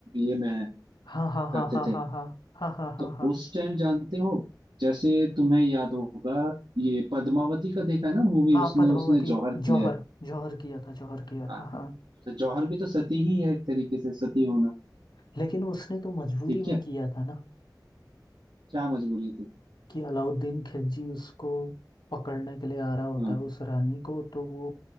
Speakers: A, on the right (about 80°); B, on the left (about 75°).
A: ये में
B: हाँ हाँ हाँ
A: करते
B: हाँ
A: थे
B: हाँ हाँ हाँ हाँ हाँ हाँ
A: तो
B: हाँ हाँ
A: उस टाइम जानते हो जैसे तुम्हें याद होगा ये पद्मावती का देखा है ना मूवी
B: हाँ
A: उसने
B: पद्मावती
A: उसने जौहर
B: जौहर
A: किया है
B: जौहर किया था जौहर किया
A: हाँ
B: था हाँ
A: तो जौहर भी तो सती ही है एक तरीके से सती होना
B: लेकिन उसने तो मजबूरी
A: ठीक
B: में
A: है
B: किया था ना
A: क्या मजबूरी थी
B: कि अलाउद्दीन खिलजी उसको पकड़ने के लिए आ रहा होता
A: हाँ
B: है उस रानी को तो वो